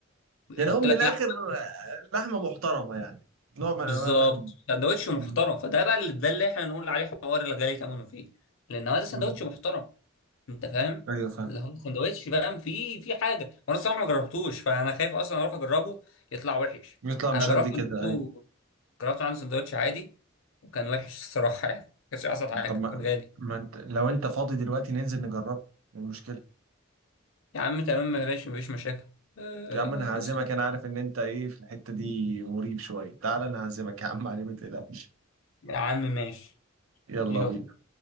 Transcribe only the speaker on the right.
يعني هو من
الاخر
آه، لحمه محترمه يعني نوع من
انواع اللحم
أمم.
أمم.
ايوه فاهم
بيطلع مش
قد كده
ايوه
طب ما,
ما انت لو انت فاضي دلوقتي ننزل نجربه إيه المشكلة
يا عم انا هعزمك
انا عارف ان انت ايه في الحتة دي مريب شوية تعال انا هعزمك يا عم علي ما تقلقش
يلا
بينا